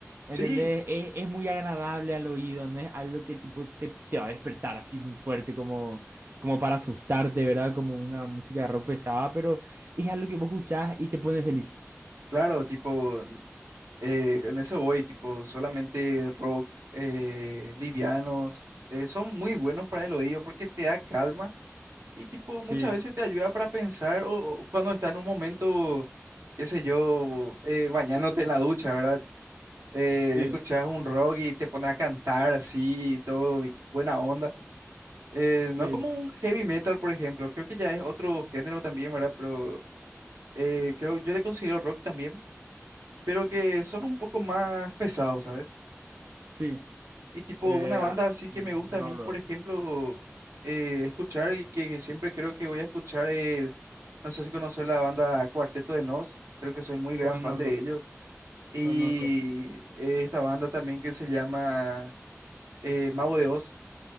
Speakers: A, on the right (about 50°); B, on the right (about 85°).
A: ¿entendés?
B: Sí,
A: Es, es muy agradable al oído, no es algo que tipo te, te va a despertar así muy fuerte como, como para asustarte, ¿verdad? Como una música de rock pesada, pero es algo que vos escuchás y te pone feliz.
B: claro, tipo... Eh, en eso voy, tipo, solamente rock, eh, livianos, eh, son muy buenos para el oído porque te da calma y tipo
A: Sí,
B: muchas veces te ayuda para pensar o, o cuando está en un momento, qué sé yo, eh, bañándote en la ducha, ¿verdad? Eh,
A: sí,
B: escuchas un rock y te pones a cantar así, y todo bi- buena onda. Eh,
A: sí,
B: no como un heavy metal, por ejemplo, creo que ya es otro género también, ¿verdad? Pero eh, creo, yo le considero rock también, pero que son un poco más pesados, ¿sabes?
A: sí.
B: Y tipo,
A: Eh,
B: una banda
A: ah,
B: así que me gusta
A: no
B: a mí,
A: luego.
B: por ejemplo, eh, escuchar y que siempre creo que voy a escuchar es, no sé si conoces la banda Cuarteto de Nos, creo que soy muy gran
A: Conozco,
B: fan de ellos. Y
A: conozco.
B: eh, esta banda también que se llama eh, Mago de Oz.